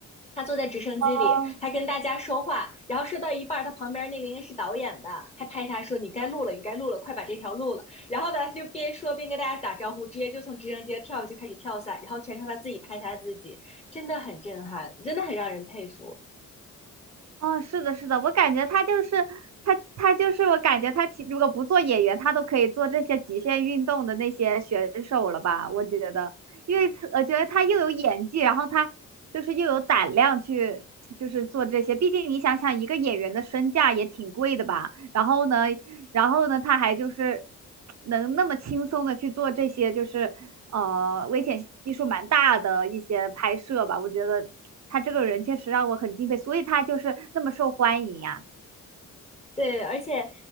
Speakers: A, on the left; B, on the right.
A: 他坐在直升机里，
B: 哦，
A: 还跟大家说话，然后说到一半儿，他旁边那个应该是导演吧，还拍他说：“你该录了，你该录了，快把这条录了。”然后呢，他就边说边跟大家打招呼，直接就从直升机跳下去开始跳伞，然后全程他自己拍他自己，真的很震撼，真的很让人佩服。
B: 哦，是的，是的，我感觉他就是他，他就是我感觉他其如果不做演员，他都可以做这些极限运动的那些选手了吧？我觉得，因为他我觉得他又有演技，然后他就是又有胆量去就是做这些。毕竟你想想，一个演员的身价也挺贵的吧？然后呢，然后呢，他还就是能那么轻松的去做这些，就是呃危险系数蛮大的一些拍摄吧。我觉得他这个人确实让我很敬佩，所以他就是那么受欢迎呀、啊
A: 对，而且，